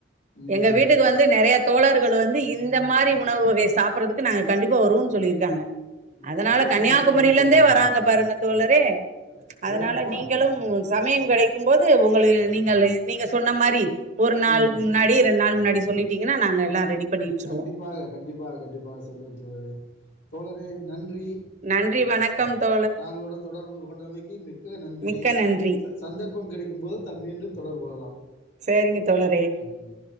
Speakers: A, on the left; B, on the right.
A: ம்.
B: எங்க வீட்டுக்கு வந்து நெறையா தோழர்கள் வந்து இந்த மாரி உணவு வகைய சாப்பறதுக்கு நாங்க கண்டிப்பா வருவோன் சொல்லியிருக்காங்க
A: உங்களுக்கு
B: அதனால
A: ரொம்ப
B: கன்னியாகுமரிலெந்தே
A: சந்தோஷம் நீங்க சொல்றது அப்டின்னா.
B: வராங்க பாருங்க தோழரே
A: அடே அடே
B: அதனால
A: அப்பா!
B: நீங்களும் ம் சமயங் கெடைக்கும்போது உங்களு நீங்களு நீங்க சொன்ன மாரி ஒரு நாளுக்குக்கு
A: ம்.
B: முன்னாடி ரெண்டு நாளு முன்னாடி சொல்லிட்டீங்கனா நாங்க எல்லா ரெடி பண்ணி வச்சிருவோ
A: கண்டிப்பாக கண்டிப்பாக கண்டிப்பாக சொல்லவே தோழரே தோழரே நன்றி
B: நன்றி வணக்கம் தோ
A: தாங்களோட தொடர்பு கொண்டமைக்கு மிக்க நன்றி
B: மிக்க நன்றி
A: ச சந்தர்ப்போ கெடைக்கும்போது த மீண்டும் தொடர்பு கொள்ளலா
B: செரிங்க தோழரே
A: ம் ம்